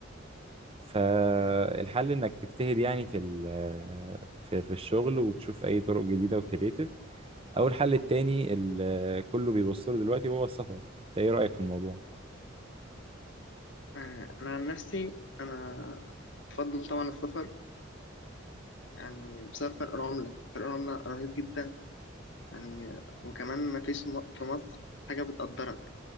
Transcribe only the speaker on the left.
مم.
آه، أنا عن نفسي أنا بفضل طبعا السفر يعني بسبب فرق العملة فرق العملة رهيب جدا يعني وكمان ما فيش م- في مصر حاجة بتقدرك